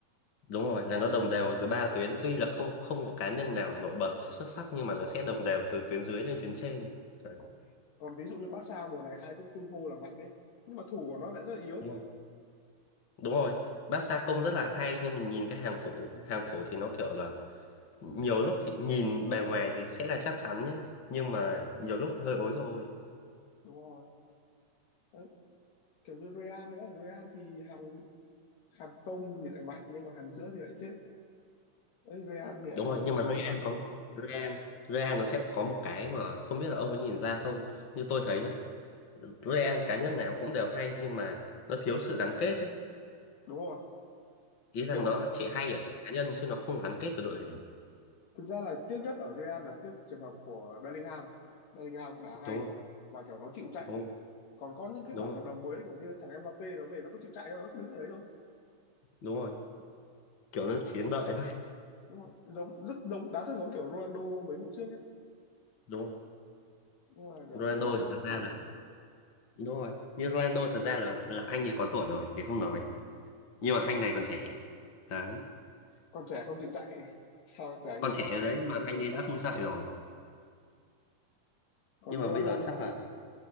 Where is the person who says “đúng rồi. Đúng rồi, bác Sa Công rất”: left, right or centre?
Left